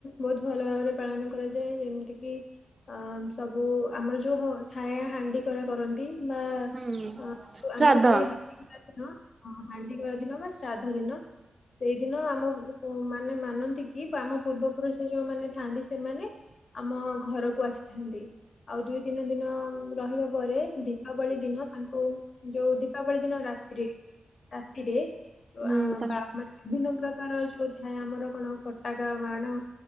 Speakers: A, on the left; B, on the right.
A: ବୋହୁତ ଭଲ ଭାବରେ ପାଳନ କରାଯାଏ। ଯେମିତି କିି ଅ ସବୁ ଆମର ଯୋଉ ଥାଏ ହାଣ୍ଡି କରା କରନ୍ତି ବା
B: ହୁଁ
A: ତ
B: ଶ୍ରାଦ୍ଧ
A: ଆମର ସେଇ ହାଣ୍ଡି <inaudible> ହାଣ୍ଡିକରା ଦିନ ବା ଶ୍ରାଦ୍ଧ ଦିନ ସେଇଦିନ ଆମକୁ ମାନେ ମାନନ୍ତି କି ଆମ ପୂର୍ବ ପୁରୁଷ ଯୋଉମାନେ ଥାଆନ୍ତି ସେମାନେ ଆମ ଘରକୁ ଆସିଥାନ୍ତି। ଆଉ ଦୁଇ ତିନି ଦିନ ରହିବା ପରେ ଦୀପାବଳି ଦିନ ତାଙ୍କୁ ଯୋଉ ଦୀପାବଳି ଦିନ ରାତିିରେ, ରାତିରେ
B: ହୁଁ
A: ଆ <unintelligible>
B: ତ
A: ବିଭିନ୍ନ ପ୍ରକାର ଯଉ ଥାଏ ଆମର କଣ ଫଟାକା ବାଣ